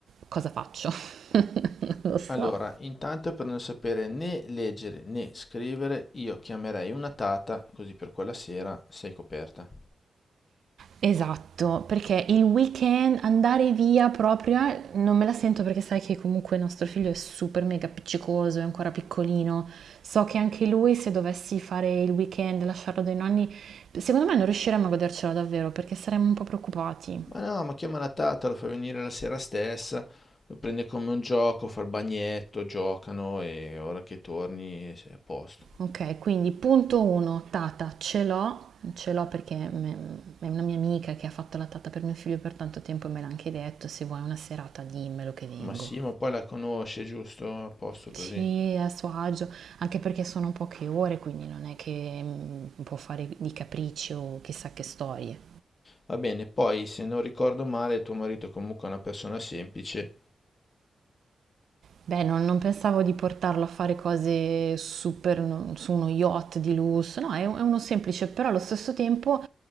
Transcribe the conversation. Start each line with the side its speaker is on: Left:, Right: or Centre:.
Right: cosa faccio? <laughs> Non lo so.
Left: Allora, intanto per non sapere né leggere né scrivere, io chiamerei una tata, così per quella sera sei coperta.
Right: Esatto, perché il weekend andare via proprio eh, non me la sento perché sai che comunque il nostro figlio è super mega appiccicoso, è ancora piccolino. So che anche lui se dovessi fare il weekend, lasciarlo dai nonni, secondo me non riusciremmo a godercelo davvero perché saremmo un po' preoccupati.
Left: Ma no, ma chiama la tata, lo fa venire la sera stessa, lo prende come un gioco, fa il bagnetto, giocano e ora che torni sei a posto.
Right: Ok, quindi punto 1, tata, ce l'ho, ce l'ho perché me- è una mia amica che ha fatto la tata per mio figlio per tanto tempo e me l'ha anche detto, se vuoi una serata dimmelo che vengo.
Left: Ma sì, ma poi la conosce, giusto? A posto così.
Right: Sì, a suo agio, anche perché sono poche ore, quindi non è che mm, può fare di capricci o chissà che storie.
Left: Va bene, poi se non ricordo male, tuo marito è comunque una persona semplice
Right: Beh, non, non pensavo di portarlo a fare cose super no, su uno yacht di lusso, no, è, un- è uno semplice, però allo stesso tempo